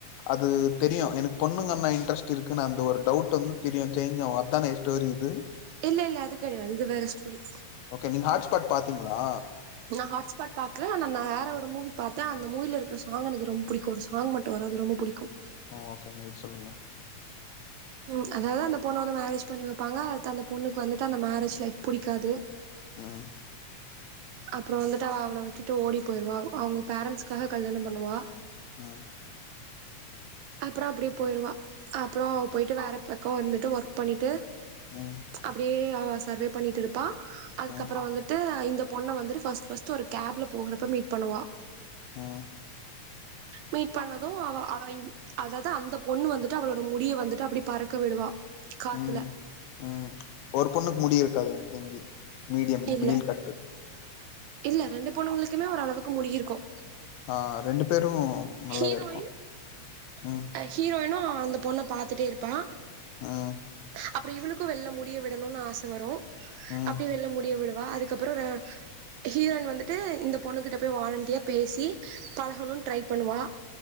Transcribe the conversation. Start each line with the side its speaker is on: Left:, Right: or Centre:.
Left: அது... தெரியும், எனக்கு பொண்ணுங்க என்ன இன்ட்ரெஸ்ட் இருக்குன்னு அந்த ஒரு டவுட் வந்து தெரியும் சேஞ்ச் ஆகும்., அது தானே ஸ்டோரி இது
Right: இல்ல.. இல்ல.. அது கிடையாது இது வேற ஸ்டோரி..
Left: ஓகே., நீங்க ஹாட் ஸ்பாட் பாத்தீங்களா..
Right: நான் ஹாட்ஸ்பாட் பாக்ல.. ஆனா நான் வேற ஒரு மூவி பார்த்தேன், அந்த மூவி ல இருக்கற சாங் எனக்கு ரொம்ப பிடிக்கும்., ஒரு சாங் மட்டும் வரும்., அது ரொம்ப பிடிக்கும்.
Left: ஆஹ ஓகேங்க இது சொல்லுங்க
Right: உம்.. அதாவது அந்த பொண்ணை வந்து மேரேஜ் பண்ணி வைப்பாங்க, அது அந்த பொண்ணுக்கு வந்துட்டு, அந்த மேரேஜ் லைஃப் புடிக்காது.
Left: ஆஹ்...
Right: அப்புறம் வந்துட்டு, அவ அவனை விட்டுட்டு ஓடி போயிருவா, அவங்க பேரண்ட்ஸ்க்காக கல்யாணம் பண்ணுவா.
Left: ஆஹ்
Right: அப்புறம் அப்படியே போயிருவா., அப்புறம் அவ போயிட்டு வேறப்ப.. அக்கா வந்துட்டு ஒர்க் பண்ணிட்டு
Left: ம்
Right: அப்டியே அவா சர்வே பண்ணிட்டு இருப்பா அதுக்கப்புறம்
Left: ம்
Right: வந்துட்டு இந்த பொண்ணை வந்துட்டு் ஒரு கேப்ல போகறப்ப மீட் பண்ணுவா
Left: ம்
Right: மீட் பண்ணதும் அவ அவை அதாவது அந்த பொண்ணு வந்துட்டு அவளோட முடிய வந்துட்டு அப்ப்டடி பறக்க விடுவா காத்துல
Left: உம் உம் ஒரு பொண்ணுக்கு முடி இருக்காது தி மீடியம்
Right: இல்ல
Left: விடியில் கட்டு
Right: இல்ல ரெண்டு பொனவங்களுக்குமே ஒரு அளவுக்கு முடியிருக்கும்
Left: ஆஹ் ரெண்டு பேரும் நல்லாவே
Right: ஹரோயன்ஹரோயன்ும்
Left: இருக்கு ம்
Right: பொண்ணை பாரத்துுட்டே இருப்பா
Left: ம்
Right: அப்புறம் இவ்வளவுக் வெல்ல முடிய விடணும்னு ஆசை வரும்
Left: ம்
Right: அப்படியே வெல்ல முடிய விடும் வா அதுக்கப்புறம் ஹீரோயின் வந்துட்டு இந்த பொண்ணு கிட்ட போய் வாலண்டியா பேசி பழகனும் ட்ரை பண்ணுவா